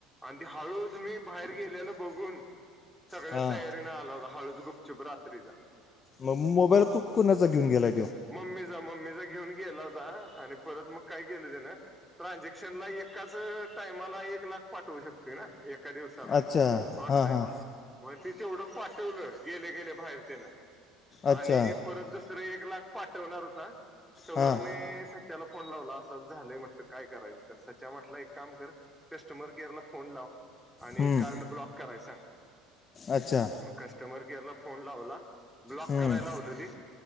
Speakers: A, in the centre; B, on the left.
A: आणि ते हळूच मी बाहेर गेलेल बघून सगळ्या
B: हां
A: तयारीने आला होता हळूच गुपचुप रात्रीचा
B: मग मोबाईल कोणाचा घेऊन गेलाय?
A: मम्मीचा, मम्मीचा घेऊन गेला होता आणि परत मग काय केलं त्यानं ट्रानझॅक्शन एकाच टायमाला एक लाख पाठवू शकते ना? एका दिवसाला,
B: अच्छा
A: ऑनलाईन
B: हां हां
A: मग तीच तेवढं पाठवलं, गेले गेले बाहेर तेन
B: अच्छा
A: आणि परत दुसरं एक लाख पाठवणार होता तवर
B: हां
A: मी सच्याला फोन लावला अस झालं म्हटलं काय लावला अस अस झालय काय करायचं? तर सच्या म्हटलं एक काम कर कस्टमर केअरला फोन लाव आणि
B: हं,
A: कारड ब्लॉक करायला सांग,
B: अच्छा
A: मग कस्टमर केअरला फोन लावला, ब्लॉक
B: हं,
A: करायला लावलं ते